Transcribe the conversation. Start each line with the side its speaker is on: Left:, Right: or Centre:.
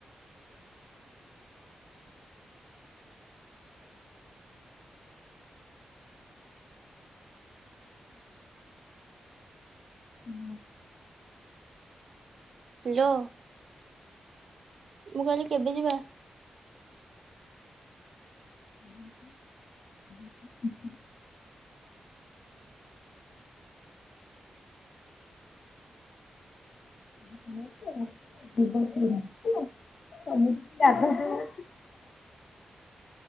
Left: <unintelligible>
Right: ହାଲୋ। ମୁଁ କହିଲି କେବେ ଯିବା?
Left: ହ <unintelligible> <unintelligible>